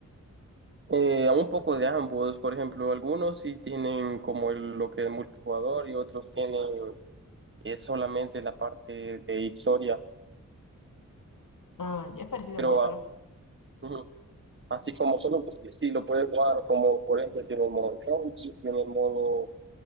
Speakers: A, on the right; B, on the left.
A: Eh, un poco de ambos, por ejemplo, algunos sí tienen como el- lo que es multijugador y otros tienen eh, solamente la parte de historia.
B: Ah, ya es parecido
A: Pero,
B: a Warcraft.
A: ah, ujú. Así como solo si lo puedes jugar como por ejemplo tiene el modo zombie, tiene el modo